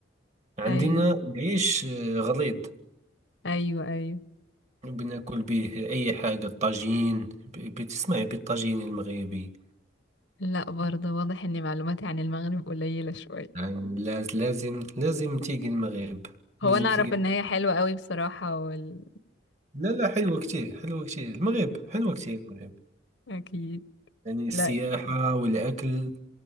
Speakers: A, on the right; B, on the left.
A: عندنا
B: ايوه
A: العيش آه، غليظ
B: ايوه ايوه
A: بناكل به اي حاجه الطاجين ب- بتسمعي بالطاجين المغربي
B: لا برضه واضح ان معلوماتي عن المغرب قليلة شوية
A: يعني لاز- لازم لازم تيجي المغرب لازم
B: هو انا
A: تيجي
B: اعرف ان هي حلوة قوي بصراحة وال...
A: لا لا حلوة كتير حلوة كتير المغرب حلوة كتير المغرب
B: اكيد
A: يعني السياحة
B: لا
A: والأكل